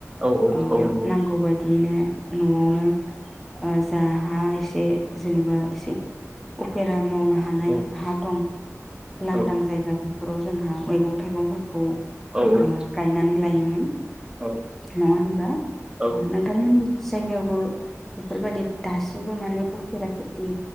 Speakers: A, on the right (about 15°); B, in the centre.
A: औ औ
B: ओ
A: औ नंगौ
B: नांगौबाय बिदिनो नआवनो ओ जा हा एसे जेनेबा एसे उफेरा मावनो हानाय
A: औ
B: हा दं लांदां
A: औ
B: जायगा बेफोराव जोंहा मैगं थाइगंफोरखौ
A: औ
B: ओ गायनानै लायोमोन
A: औ
B: नङा होनबा
A: औ
B: नोंथांमोननि जायगायावबो बेफोरबायदि दासिमबो माने उफेरा खेथि